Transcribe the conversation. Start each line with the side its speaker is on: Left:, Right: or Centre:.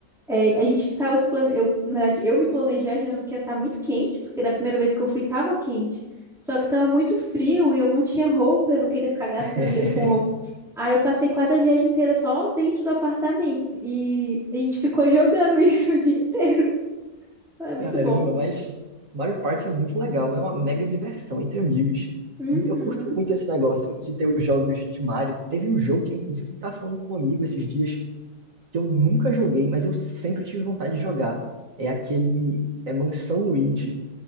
Centre: É, a gente tava se plane... eu, na verdade, eu me planejei achando que ia estar muito quente, porque da primeira vez que eu fui tava quente. Só que tava muito frio e eu não tinha roupa, eu não queria ficar gastando
Right: <laughs>
Centre: dinheiro com roupa. Aí eu passei quase a viagem inteira só dentro do apartamento e a gente ficou jogando <laughs> isso o dia inteiro. É muito
Right: Caramba,
Centre: bom.
Right: mas Mario Party é muito legal, é uma mega diversão entre amigos.
Centre: Uhum.
Right: E eu curto muito esse negócio de ter os jogos de Mario. Teve um jogo que, inclusive, estava falando com um amigo esses dias, que eu nunca joguei, mas eu sempre tive vontade de jogar. É aquele. É Mansão Luigi.